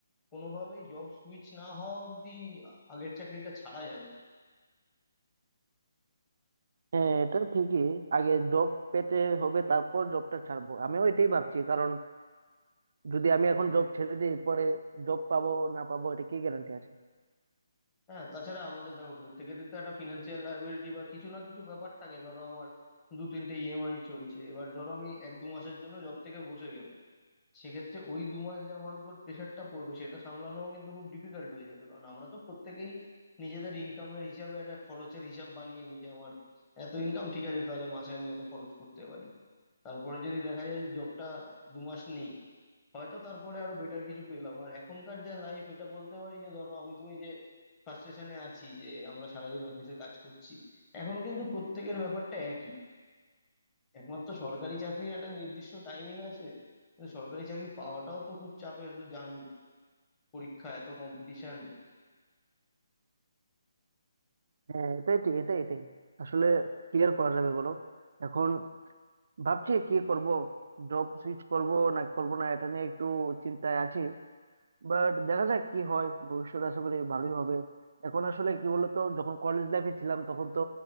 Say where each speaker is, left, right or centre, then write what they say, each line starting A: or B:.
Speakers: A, on the left (about 20°); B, on the right (about 55°).
A: কোনোভাবেই জব সুইচ না হওয়া অবধি আগের চাকরিটা ছাড়া যাবে না
B: হ্যাঁ এটা ঠিকই আগে জব পেতে হবে তারপর জবটা ছাড়বো আমিও এটাই ভাবছি কারণ যদি আমি এখন জব ছেড়ে দিই পরে জব পাবো না পাবো এটা কি গ্যারান্টি আছে
A: হ্যাঁ তাছাড়া আমাদের দেখো প্রত্যেকেরই তো একটা ফিনান্সিয়াল লায়াবিলিটি বা কিছু না কিছু ব্যাপার থাকে ধরো আমার দু তিনটে ইএমআই চলছে এবার ধরো আমি এক দু মাসের জন্য জব থেকে বসে গেলাম সেক্ষেত্রে ওই দু মাস যে আমার উপর প্রেশারটা পড়বে সেটা সামলানোও কিন্তু খুব ডিফিকাল্ট হয়ে যাবে কারণ আমরা তো প্রত্যেকেই নিজেদের ইনকামের হিসাবে একটা খরচের হিসাব বানিয়ে নিই যে আমার এত ইনকাম ঠিক আছে তাহলে মাসে আমি এত খরচ করতে পারি তারপরে যদি দেখা যায় যে জবটা দু মাস নেই হয়তো তারপরে আরো বেটার কিছু পেলাম আর এখনকার যা লাইফ এটা বলতে পারি যে ধরো আমি তুমি যে ফ্রাস্ট্রেশনে আছি যে আমরা সারাদিন অফিসে কাজ করছি এখন কিন্তু প্রত্যেকের ব্যাপারটা একই একমাত্র সরকারি চাকরির একটা নির্দিষ্ট টাইমিং আছে কিন্তু সরকারি চাকরি পাওয়াটাও তো খুব চাপের তো জানোই পরীক্ষা এত কম্পিটিশন
B: হ্যাঁ এটাই ঠিক এটাই এটাই আসলে কি আর করা যাবে বলো এখন ভাবছি কি করব জব সুইচ করব না করব না এটা নিয়ে একটু চিন্তায় আছি বাট দেখা যাক কি হয় ভবিষ্যৎ আশা করি ভালোই হবে এখন আসলে কি বলতো যখন কলেজ লাইফে ছিলাম তখন তো